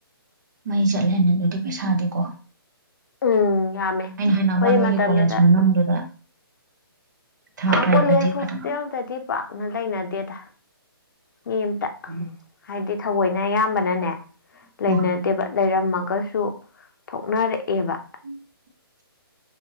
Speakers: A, on the right (about 50°); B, on the left (about 55°).
A: ꯃꯩ ꯆꯠꯂꯦꯅꯦ ꯑꯗꯨꯗꯤ ꯄꯩꯁꯥꯗꯤꯀꯣ
B: ꯎꯝ ꯌꯥꯝꯃꯦ ꯑꯩꯈꯣꯏ
A: ꯑꯩꯅ ꯍꯥꯏꯅꯃ
B: ꯃꯇꯝꯗꯨꯗ
A: ꯅꯣꯏꯒꯤ ꯀꯣꯂꯦꯖ ꯃꯅꯨꯡꯗꯨꯗ ꯊꯥꯔꯛꯏꯕꯗꯤ
B: ꯑ ꯀꯣꯂꯦꯖ ꯍꯣꯁꯇꯦꯜꯗꯗꯤ
A: ꯈꯇꯪ
B: ꯄꯥꯛꯅ ꯂꯩꯅꯗꯦꯗ ꯃꯤ ꯑꯝꯇ
A: ꯎꯝ
B: ꯍꯥꯏꯗꯤ ꯊꯋꯣꯏꯅ ꯑꯌꯥꯝꯕꯅꯅꯦ
A: ꯎꯝ
B: ꯂꯩꯅ ꯇꯦꯕ ꯂꯩꯔꯝꯃꯒꯁꯨ ꯊꯣꯛꯅꯔꯛꯑꯦꯕ
A: <inaudible>